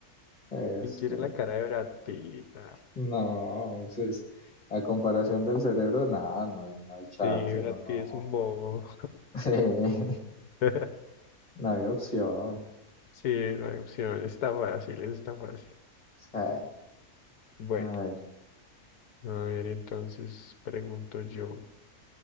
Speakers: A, on the left (about 25°); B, on the left (about 80°).
A: es
B: ¿Quién quiere
A: que
B: la cara de Brad Pitt? Ah,
A: no, es, es- a comparación del cerebro, nada, no hay, no hay chance,
B: sí, Brad
A: no, no.
B: Pitt es un bobo.
A: Sí, <laughs>
B: <laughs>
A: no hay opción.
B: Sí, no hay opción, está fácil, eso está fácil.
A: Sí, a
B: Bueno,
A: ver.
B: a ver, entonces pregunto yo,